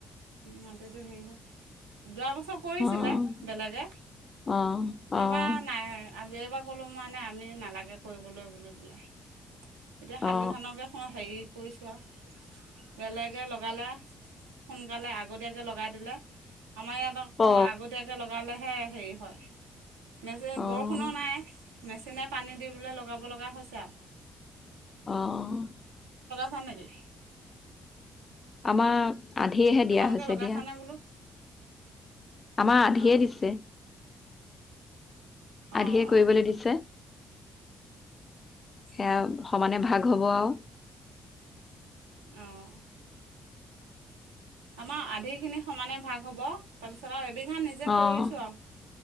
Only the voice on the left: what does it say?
অ',
অ', অ',
অ', অ',
অ',
অ',
অঁ।
আমাৰ আধিয়েহে
দিয়া হৈছে
দিয়া
আমাৰ আধিয়ে
দিছে
আধিয়ে
কৰিবলৈ দিছে। সেয়া
সমানে ভাগ হব আৰু।
অ',